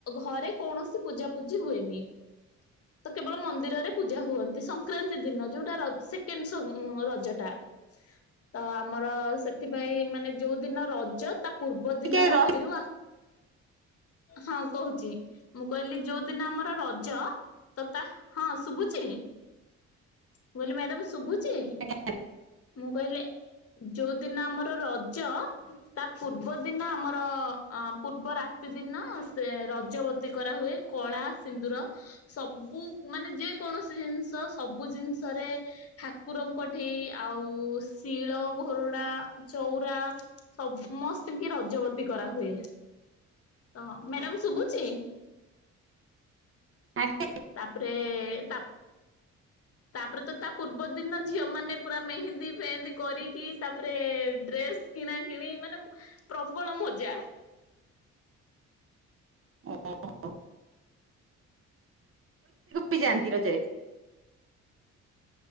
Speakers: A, on the left; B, on the right.
A: ଘରେ କୌଣସି ପୂଜା ପୂଜି ହୁଏନି ତ କେବଳ ମନ୍ଦିରରେ ପୂଜା ହୁଅନ୍ତି ସଂକ୍ରାନ୍ତି ଦିନ ଯୋଉଟା ସେକେଣ୍ଡ ରଜଟା ତ ଆମର ସେଥିପାଇଁ ମାନେ ଯୋଉ ଦିନ ରଜ ତା ପୂର୍ବ ଦିନ
B: ଟିକେ
A: ରାତିରୁ
B: ରହି
A: ଆଉ ହଁ କହୁଛି ମୁଁ କହିଲି ଯୋଉ ଦିନ ଆମର ରଜ ତ ତା ହଁ ଶୁଭୁଛି ମୁଁ କହିଲି ମ୍ୟାଡାମ ଶୁଭୁ ଛି
B: ଆଜ୍ଞା
A: ମୁଁ କହିଲେ। ଯୋଉଦିନ ଆମର ରଜ ତା ପୂର୍ବ ଦିନ ଆମର ଅ ପୂର୍ବ ରାତି ଦିନ ସେ ରଜବତୀ କରାହୁଏ କଳା ସିନ୍ଦୁର ସବୁ ମାନେ ଯେକୌଣସି ଜିନିଷ ସବୁ ଜିନିଷରେ ଠାକୁରଙ୍କ ଠେଇ ଆଉ ଶିଳ ଘରଣା ଚଉରା ସବୁ ମସ୍ତିମ ରଜବତୀ କରାହୁଏ। ତ ମ୍ୟାଡାମ ଶୁଭୁଛି।
B: ଆଜ୍ଞା
A: ତାପରେ ତା ତାପରେ ତ ତା ପୂର୍ବ ଦିନ ଝିଅ ମାନେ ପୁରା ମେହେନ୍ଦୀ ଫେହେନ୍ଦୀ କରିକି ତାପରେ ଡ୍ରେସ୍ କିଣା କିିଣି ମାନେ ପ୍ରବଳ ମଜା।
B: ଓ ଓ ଓ ଓ। କ ଜାନ୍ତି ରଜରେ।